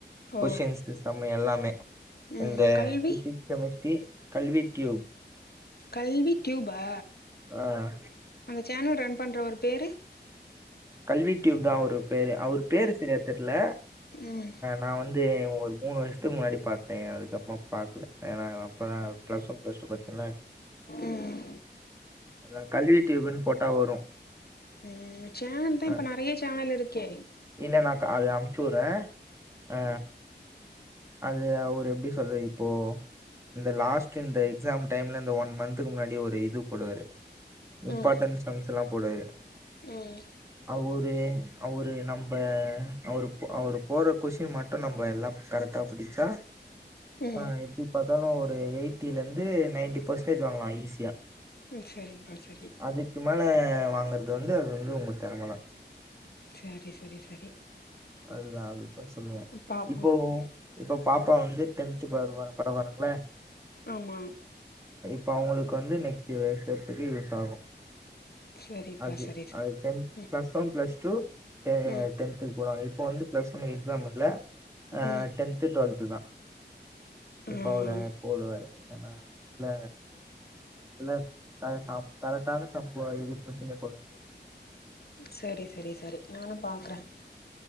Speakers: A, on the left; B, on the right.
A: ஓ
B: கொஸ்டின்ஸ் சம் எல்லாமே
A: ம்
B: இந்த
A: கல்வி
B: சஷி கல்வி டூப்
A: கல்வி டூப்பா
B: ஆஹ்,
A: அந்த சேனல் ரெண்டு பண்றவரு பேரு
B: கல்வி டியூப் தான் ஒரு பேரு அவர் பேரு சரியா தெர்ல
A: ம்
B: நான் வந்து ஒர் மூணு வருஷத்துக்கு முன்னாடி பார்த்தேன் அதுக்கப்புறமா பார்கல ஏன்னா அப்பறதான் பிளஸ் ஒன் பிளஸ் டூ பத்தல
A: ம்
B: அதான் கல்வி டூயூப்புன்னு போட்டா வரும்
A: ம் சேனல் தான்
B: ஆஹ்,
A: இப்ப நறைய சேனல் இருக்கே
B: இல்ல நான் அது அமுச்சு விறேன் அ அது அப் அவ எப்படி சொல்றரு இப்போ இந்த லாஸ்ட் இந்த எக்ஸாம் டைம்ல இந்த ஒன் மந்த்துக்கு முன்னாடி ஒரு இது போடுவாரு
A: ம்
B: இம்பார்ட்டன்ஸ் சம்ஸ்லா போடுவாரு
A: ம்
B: அவுரு அவரு நம்ப அவரு அவரு போற கொஷிடின் மட்டு நம்ம எல்லா கரக்ட் ட்ட படிச்சா
A: ம்
B: ஆ எப்பிடி ப இருந்தாலு ஒரு எயிட்டில இருந்து நைன்டி பெர்சன்டேஜ் வாங்கலா ஈஸியா
A: ம் சரிப்பா சரி
B: அதுக்கு மேல வாங்கறது வந்து அது வந்து உங்க தெறமதா
A: செரி செரி செரி
B: அதுதான் அது சொல்லுவேன்
A: பாப்போன்னு
B: இப்போ இப்போ இப்ப பாப்பா வந்து டென்துக்கு வருவா பரவரருங்களே
A: ஆமா
B: இப்போ அவங்களுக்கு வந்து நெக்ஸ்டு வர்ஷத்துக்கு யூஸ் ஆகு
A: சரிப்பா
B: அது
A: சரி சரி
B: அது டென்த்
A: ம்
B: பிளஸ் ஒன் பிளஸ் டு
A: ம்
B: டென்துக் போவாங்க இப்ப வந்து பிளஸ் ஒன் எக்ஸாம் இல்ல ஆ
A: ம்
B: டென்த் டென்த்து டுவெல்துதா இப்ப
A: ம்
B: அவரு போடுவாரு அதனால இல்ல கரெக்ட் தா கரெக்டான சம்பவோ <unintelligible> சொல்லருது
A: சரி சரி சரி நானு பாக்குறே